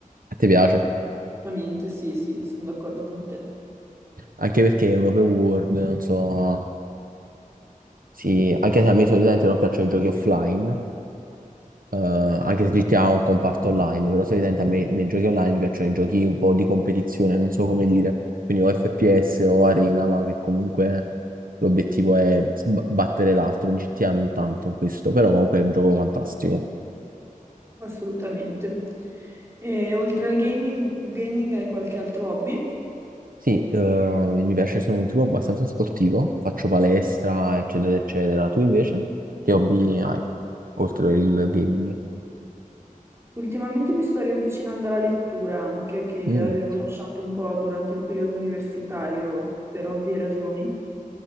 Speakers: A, on the right; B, on the right.
A: te piace?
B: Ovviamente, sì, sì, sono d'accordo con te,
A: Anche perché è un open world, non so... Sì, anche se a me solitamente non piacciono i giochi offline, eh, anche se GTA ha un comparto online, però solitamente a me nei giochi online piacciono i giochi un po' di competizione, non so come dire, quindi o FPS o Arena, ma che comunque l'obiettivo è sb- battere l'altro, in GTA non tanto questo, però comunque è un gioco fantastico.
B: assolutamente. E oltre al gaming, gaming hai qualche altro hobby?
A: Sì, eh, mi piace, sono un tipo abbastanza sportivo, faccio palestra, eccetera, eccetera. Tu invece, che hobby hai, oltre il gaming?
B: Ultimamente mi sto riavvicinando alla lettura anche, che
A: Mm,
B: avevo lasciato un po' durante il periodo universitario per ovvie ragioni.